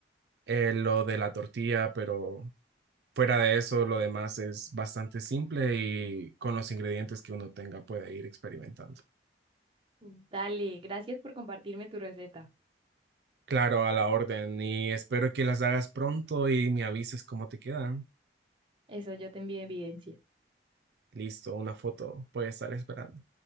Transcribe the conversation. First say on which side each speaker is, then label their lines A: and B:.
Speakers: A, on the right; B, on the right.
A: eh, lo de la tortilla, pero fuera de eso, lo demás es bastante simple y con los ingredientes que uno tenga puede ir experimentando.
B: Dale, gracias por compartirme tu receta.
A: Claro, a la orden. Y espero que las hagas pronto y me avises cómo te quedan.
B: Eso yo te envío evidencia.
A: Listo, una foto puede estar esperando.